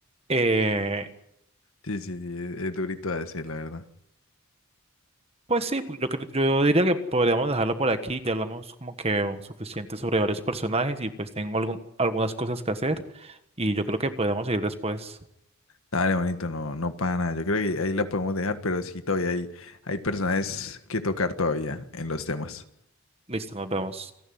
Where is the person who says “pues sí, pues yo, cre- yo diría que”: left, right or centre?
Right